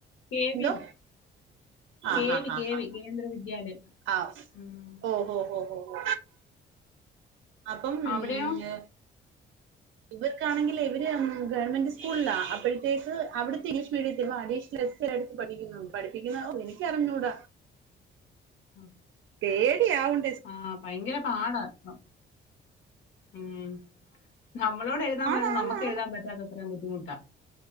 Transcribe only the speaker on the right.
എന്തോ
ആഹ്
ഹാ
ഹാ
ഹാ
ഹാ
ആഹ് സ്
ഓഹോ ഹോ ഹോ ഹോ അപ്പം മ്
ഞ് ഇവര്ക്കാണെങ്കില് ഇവര് ഗവൺമെന്റ് സ്കൂൾളാ അപ്പോഴേക്ക് അവിട്ത്തെ ഇംഗ്ലീഷ് മീഡിയത്തിൽ നിന്ന് അഡീഷ്ണൽ എസ് സ്സെ എട്ത്ത് പഠിക്കുന്നുണ്ട് പഠിപ്പിക്കിന്നാണോ എനിക്കറിഞ്ഞൂടാ
പേടിയാവ്ൺ
ആണാന്ന്